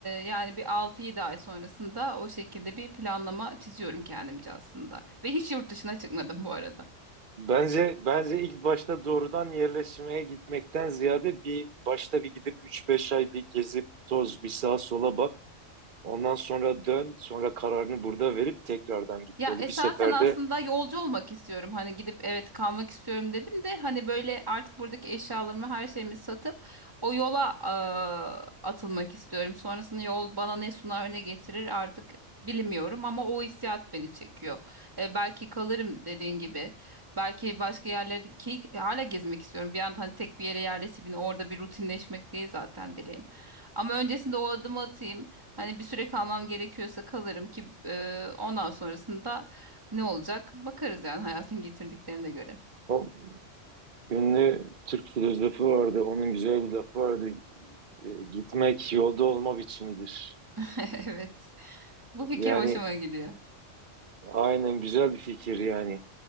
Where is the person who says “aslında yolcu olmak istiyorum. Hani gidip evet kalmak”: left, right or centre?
Right